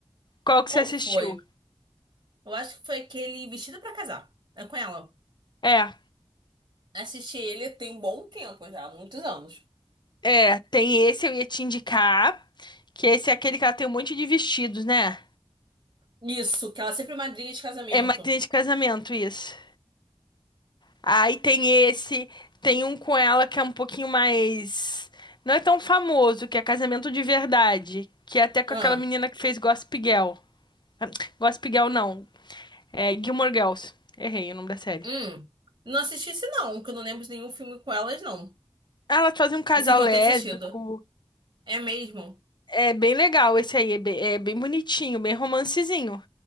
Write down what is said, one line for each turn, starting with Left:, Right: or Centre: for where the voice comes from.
Left: Qual que
Right: Qual
Left: você assistiu?
Right: foi? Eu acho que foi aquele Vestida pra Casar. É com ela.
Left: É.
Right: Assisti ele tem um bom tempo já, muitos anos.
Left: É, tem esse eu ia te indicar, que esse é aquele que ela tem um monte de vestidos, né?
Right: Isso, que ela é sempre madrinha de casamento.
Left: É madrinha de casamento, isso. Aí tem esse, tem um com ela que é um pouquinho mais. Não é tão famoso, que é casamento de verdade. Que é até com
Right: Ah,
Left: aquela menina que fez Gossip Girl. Gossip Girl não, é Gilmore Girls. Errei o nome da série.
Right: hum. Não assisti esse não, que eu não lembro de nenhum filme com elas, não.
Left: Elas fazem um casal
Right: É Assim que eu
Left: lésbico.
Right: tenho assistido. É mesmo?
Left: É bem legal esse aí. É bem, é bem bonitinho, bem romancezinho.